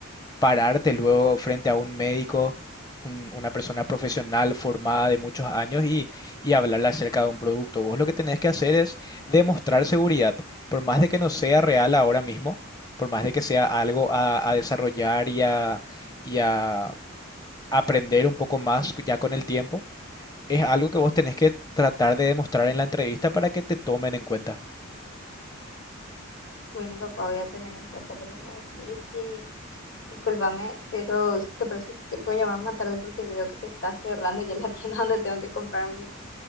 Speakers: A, on the left; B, on the left.
A: pararte luego frente a un médico, un- una persona profesional formada de muchos años y, y hablarle acerca de un producto. Vos lo que tenés que hacer es demostrar seguridad, por más de que no sea real ahora mismo, por más de que sea algo a, a desarrollar y a, y a aprender un poco más ya con el tiempo. Es algo que vos tenés que tratar de demostrar en la entrevista para que te tomen en cuenta.
B: Bueno, papá, voy a tener en cuenta lo que me decís Discúlpame, pero ¿te parece si te puedo llamar más tarde? Porque veo que se está cerrando ya la <laughs> tienda donde tengo que comprar mi,